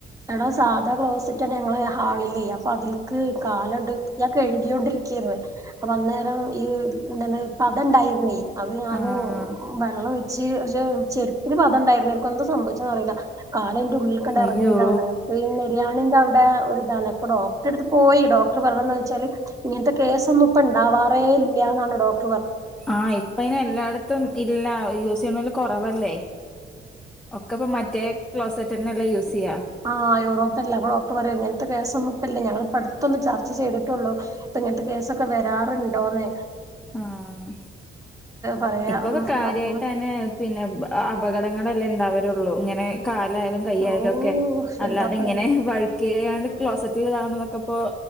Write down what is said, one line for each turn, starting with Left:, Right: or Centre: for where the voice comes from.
Right: എടാ സാധാ ക്ലോസിറ്റണ് ഞങ്ങള് ഹാളിലേ അപ്പൊ അതില്ക്ക് കാലുണ്ട് ഞാൻ കഴുകിൊണ്ടിരിക്കന്ന് അപ്പൊ അന്നേരം ഈ എന്താണ് പത ഇണ്ടായിരുന്നേ അത് ഞാന്
Centre: ആഹ്
Right: വെള്ള വെച്ച ചെരുപ്പരു പദംണ്ടായിുന്നരിക്കും എന്താ സംഭവിച്ച അറിയില്ല അയിന്റെ ഉള്ളിണ്ട്
Centre: അയ്യോ
Right: ഇറങ്ങ അതാണ്ഈ നിരിയാണിന്റെ അവിടെ ഒരു അത ഡോക്ടറെ എടുത്ത് പോയി ഡോക്ടർ പറഞ്ഞന്ന് വെച്ചാല് ഇങ്ങനത്തെ കേസ ഒന്നും ഇ ഉണ്ടാവാറേ ഇല്ലാണ് ഡോക്ട
Centre: ആഇപ്പ ഇതു എല്ലായിടത്തും ഇല്ല യൂസ് ചെയ്യണല് കുറവല്ലേ ഒക്കെ ഇപ്പ മറ്റേ ക്ലോസറ്റ്ന്നെല്ല യൂസ് ചെയ്യാ
Right: ആഹ് യൂറോപ്പല്ല ഡോക്ടർ പറയാ ഇങ്ങനത്തെ കേസൊന്നും ഇപ്പല്ല ഞങ്ങള് പഠി ത്തൊന്ന് ചർച്ച ചെയ്തിട്ടുള്ളൂ ഇപ്പ ഇങ്ങനത്തെ കേസൊക്കെ വരാറുണ്ടോന്നേ
Centre: ആഹ
Right: പറയാ
Centre: ഇപ്പൊക്കെ
Right: ഉം
Centre: കാര്യായിട്ടന്നെ
Right: ഡോക്ടർമാർ
Centre: പിന്നെ ആ ആ അപകടങ്ങളെല്ലേ ഇണ്ടാവരുള്ളൂ ഇങ്ങനെ കാലായാലും കൈയ്യായാലുമൊക്കെ
Right: ഓഹ്
Centre: അല്ലാതെ
Right: എന്താപ്പ
Centre: ഇങ്ങനെ വഴ്‌ ഏയാണ് ക്ലോസറ്റിൽ ഇതാവണതൊക്കപ്പോ